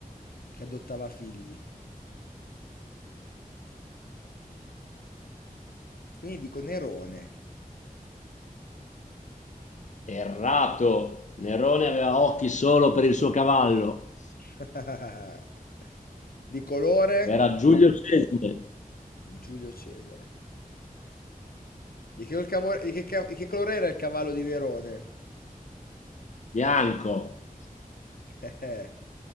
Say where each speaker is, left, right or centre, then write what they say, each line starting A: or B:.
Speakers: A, on the left; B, on the left.
A: che adottava figli. Quindi dico Nerone.
B: Errato. Nerone aveva occhi solo per il suo cavallo.
A: <laughs> Di colore
B: Era Giulio Cesare,
A: Giulio Cesare. Di che, cavo- di che ca- di che colore era il cavallo di Nerone?
B: bianco.
A: <laughs>